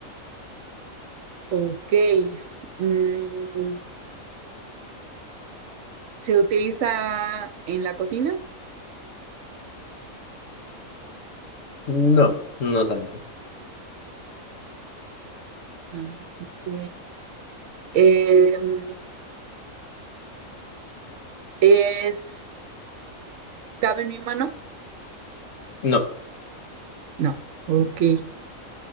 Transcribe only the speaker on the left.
No, no tanto.
No.